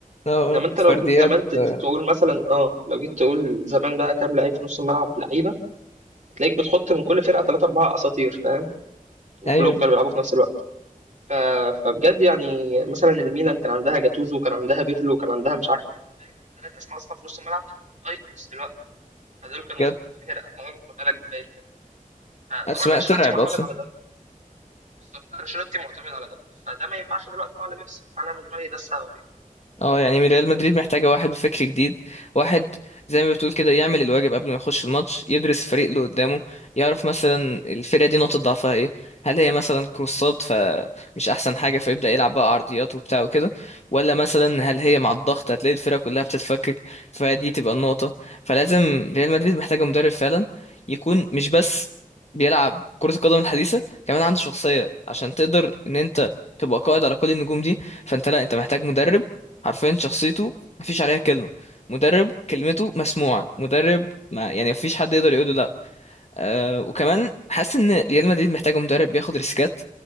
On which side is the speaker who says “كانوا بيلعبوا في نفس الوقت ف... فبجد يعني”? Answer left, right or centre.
Right